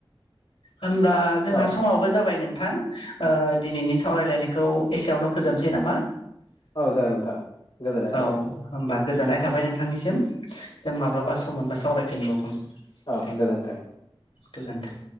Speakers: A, on the left (about 85°); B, on the left (about 60°).
A: होमब्ला जोंहा
B: औ
A: समाबो जाबाय नोंथां ओ दिनैनि सावरायलायनायखौ एसेयावनो फोजोबसै नामा?
B: औ जागोन नोंथां गोजोननाय
A: औ
B: थाबाय
A: होमबा गोजोननाय थाबाय नोंथांनिसिम जों माब्ला बा सम मोनबा सावरायफिनबावगोन
B: औ
A: दे
B: गोजोन्थों।
A: गोजोन्थों।